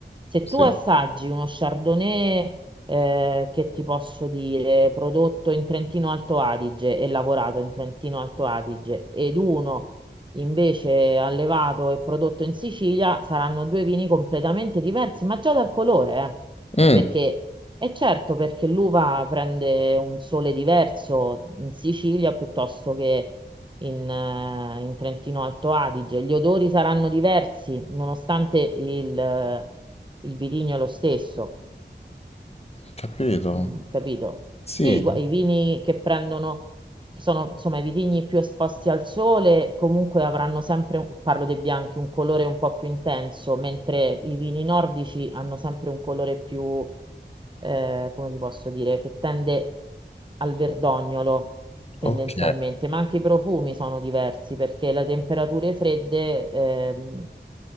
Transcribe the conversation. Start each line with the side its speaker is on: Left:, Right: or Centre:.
Right: Se
Left: sì.
Right: tu assaggi uno Chardonnay, eh, che ti posso dire, prodotto in Trentino Alto Adige e lavorato in Trentino Alto Adige, ed uno invece allevato e prodotto in Sicilia saranno due vini completamente diversi, ma già dal colore, eh.
Left: Mm,
Right: Perché è certo perché l'uva prende un sole diverso in Sicilia piuttosto che in, eh, in Trentino Alto Adige. Gli odori saranno diversi, nonostante il, eh, il vitigno è lo stesso.
Left: capito.
Right: Mm, capito?
Left: Sì,
Right: Sì, gua- i vini che prendono, che sono insomma i vitigni più esposti al sole, comunque avranno sempre, un- parlo dei bianchi, un colore un po' più intenso, mentre i vini nordici hanno sempre un colore più, eh, come vi posso dire, che tende al verdognolo tendenzialmente,
Left: ok.
Right: ma anche i profumi sono diversi perché le temperature fredde, ehm,